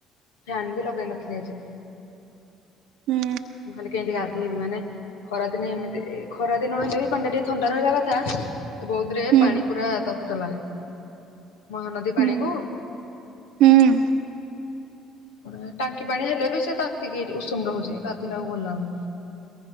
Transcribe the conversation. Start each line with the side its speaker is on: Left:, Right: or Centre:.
Left: ଫ୍ୟାନ୍ ବି ଲଗେଇ ନଥ୍ଲି ଆଜି।
Right: ହୁଁ।
Left: ମୁଁ ଖାଲି କେମିତି ଗାଧେଇବି ମାନେ ଖରାଦିନେ ଏମିତି ଖରାଦିନ ହେଲେ ବି ପାଣ୍ଡା ଟିକେ ଥଣ୍ଡା ରହିବା କଥା ଏ ବୌଧ ରେ
Right: ହୁଁ
Left: ପାଣି ପୁରା ତତ୍ଲା ମହାନଦୀ
Right: ହୁଁ
Left: ପାଣି କୁ!
Right: ହୁଁ।
Left: ପୁଣି ଟାଙ୍କି ପାଣି ହେଲେ ବି ସେ ତାତିିି କି ହେଇଟି ଉଷୁମ୍ ରହୁଛି ଗାଧିଲା କୁ ଭଲ ଲାଗୁନି।